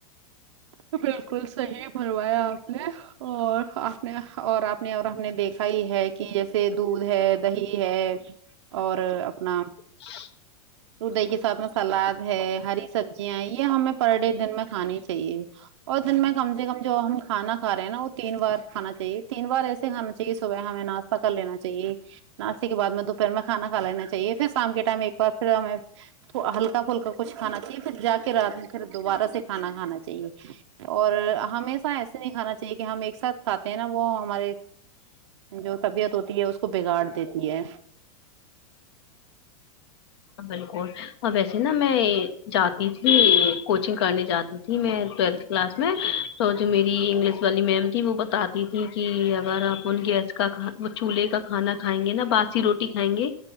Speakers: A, on the right (about 50°); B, on the left (about 45°).
A: تو بالکل صحیح فرمایا آپ نے اور آپ نے اور آپ نے اور ہم نے دیکھا ہی ہے کہ جیسے دودھ ہے دہی ہے اور اپنا
B: ج
A: تو دہ کے ساتھ میں سلاد ہے ہری سبزیاں یہ ہمیں پر ڈے دن میں کھانی چاہیے اور دن میں کم سے کم جو ہم کھانا کھ رہے ہیں نا وہ تین بار کھانااہے تین بار ایسے کھا چاہیے صبح ہمیں ناشہ کر لینا چاہیےاستے کے بعد میں دوپہر میں کانا کھا لینا چاہے پھر شام کے ٹائم ایک بار پھر ہمیں ہلکا پھلکا کچھ کھانا چاہیے پھر جا کے رات میں پھر دوبارہ سے کھاناھانا چاہیے اور ہمیشہ ایسے نہیں کھانا چاہیے کہ ہم ایک ساتھ کھاتے ہیں نا وہ ہمارے جو طبیعت ہوتی ہے اس کو بگاڑ دیتی ہے
B: بالک اور ویسے نا میں جاتی تھی کوچنگ کرنے جاتی تھی میں ٹویلتھ کلاس میں تو جو میری انگلش والی میم تھی وہ بتاتی تھی کہ اگر آپ ان گیس کا وہ چولہے کا کھانا کھائیں گے نا باسی روٹی کھائیں گے